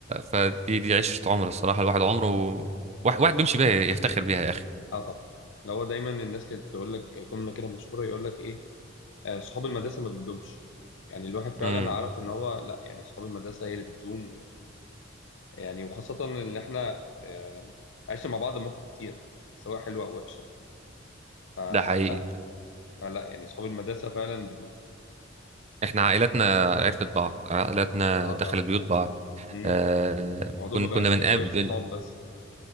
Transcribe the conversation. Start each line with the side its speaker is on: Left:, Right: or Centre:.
Right: فدي دي عشره عمر الصراحه الواحد عمره واحد, واحد بيمشي بيها يفتخر بيها يا اخي
Left: اه طبعا لو هو دايما الناس كانت تقول لك جمله كده مشهوره يقول لك ايه آه صحاب المدرسه ما بتدومش يعني الواحد فعلا
Right: امم
Left: عرف ان هو لا يعني صحاب المدرسه هي اللي بتدوم يعني وخاصة إن إحنا آه، عشنا مع بعض مواقف كتير سواء حلوة أو وحشة يعني فلا
Right: ده حقيقي
Left: فلا يعني صحاب المدرسة فعلا بدون
Right: احنا عائلاتنا عرفت بعض عائلاتنا
Left: أه
Right: دخلت
Left: طبعا
Right: بيوت بعض
Left: امم
Right: آه
Left: الموضوع
Right: كن
Left: ما بقاش
Right: كنا بنقابل
Left: شوية صحاب بس